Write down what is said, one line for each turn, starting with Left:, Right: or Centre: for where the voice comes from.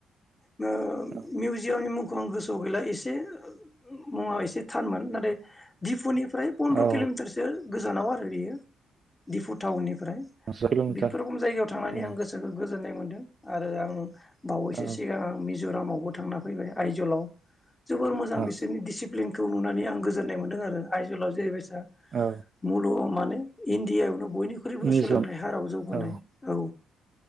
Left: नो
Right: औ
Left: मिउजियामनि मुं खौ आं गोसाव गैला एसे मुङा एसे थानमोन नाथाय दिफुनि फ्राय पन्द्र
Right: औ
Left: किल'मिटारसो गोजानाव आरो बेयो दिफु थावनि फ्राय
Right: पास किल'मिटार
Left: बेफोर रखम जायगायाव थांनानै
Right: औ
Left: आं गोसोखौ गोजोननाय मोन्दों आरो आं बावैसो
Right: औ
Left: सिगांं आं मि ज'रामावबो थांना फैबाय आइजलाव जोबोर मोजां
Right: औ
Left: बिसोरनि दिसिप्लिन खौ नुनानै आं गोजोननाय मोनदों आरो आइजलाव जेरैबाय आ
Right: औ
Left: मुल माने इण्डियायावनो बयनि बनिख्रुइबो
Right: मिउजियाम
Left: सोलोंथाइ हाराव जौगानाय
Right: औ
Left: औ